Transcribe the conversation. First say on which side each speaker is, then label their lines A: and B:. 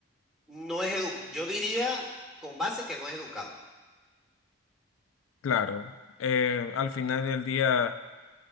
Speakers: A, in the centre; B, on the left.
A: no es educado. Yo diría con base que no es educado.
B: Claro, eh, al final del día,